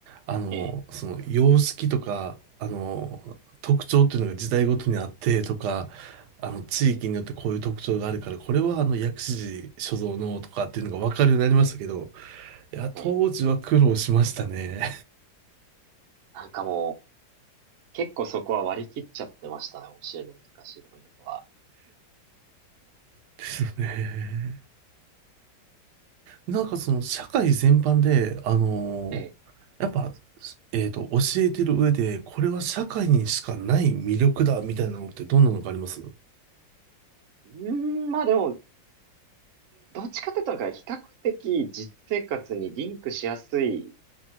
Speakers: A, on the right; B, on the right.
A: あの、
B: ええ
A: その様式とか、あの、特徴っていうのが時代ごとにあってとか、あの、地域によってこういう特徴があるから、
B: ええ
A: これはあの、薬師寺所蔵のとかっていうのがわかるようになりましたけど、いや、当時は苦労しましたね。
B: ええなんかもう、結構そこは割り切っちゃってましたね、教えるの難しいポイントは。
A: <laughs> ですよね。なんかその社会全般で、あのー
B: ええ。
A: やっぱ、えっと、教えてる上で、これは社会にしかない魅力だ、みたいなのってどんなのがあります
B: うーん、まあでも、どっちかというと、比較的実生活にリンクしやすい